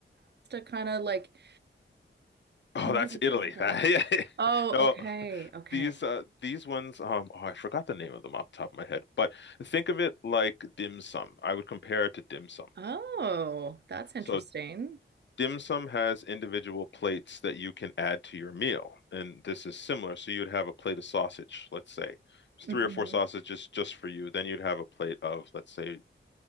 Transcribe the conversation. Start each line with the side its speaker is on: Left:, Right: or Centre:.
Right: kind of like,
Left: Oh,
Right: what
Left: that's
Right: do they call
Left: Italy.
Right: them?
Left: <laughs> Yeah.
Right: Like, oh,
Left: No,
Right: okay. Okay.
Left: these uh these ones um oh, I forgot the name of them off the top of my head, but think of it like dim sum. I would compare it to dim sum.
Right: Oh, that's interesting.
Left: So dim sum has individual plates that you can add to your meal, and this is similar. So you'd have a plate of sausage, let's say. It's three
Right: hmm
Left: or four sausages just for you. Then you'd have a plate of, let's say,